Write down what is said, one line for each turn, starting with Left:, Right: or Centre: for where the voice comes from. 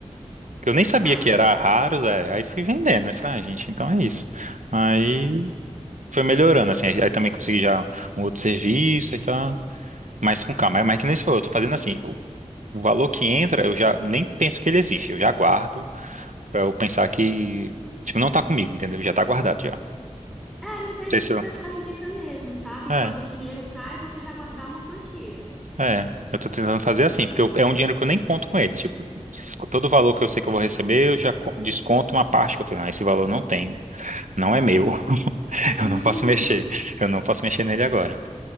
Right: Eu nem sabia
Centre: Raros.
Right: que era raros é Aí fui vendendo, né? Falei, ah, gente, então é isso. Aí foi melhorando, assim. Aí, aí também consegui já um outro serviço, aí tá mais com calma. Mas, mas que nem você falou, eu tô fazendo assim, o, o valor que entra, eu já nem penso que ele existe. Eu já guardo pra eu pensar que, tipo, não tá comigo, entendeu? Já tá guardado já. Não
Centre: É, mas é isso
Right: sei se
Centre: que o
Right: eu-
Centre: pessoal indica mesmo, sabe?
Right: É,
Centre: Quando o dinheiro cai, você já guardar uma quantia.
Right: é. Eu tô tentando fazer assim, porque eu- é um dinheiro que eu nem conto com ele. Tipo, todo o valor que eu sei que eu vou receber, eu já co- desconto uma parte que eu falei, não, esse valor não tem, não é meu.
Centre: Uhum,
Right: Eu não posso mexer. Eu não posso mexer nele agora.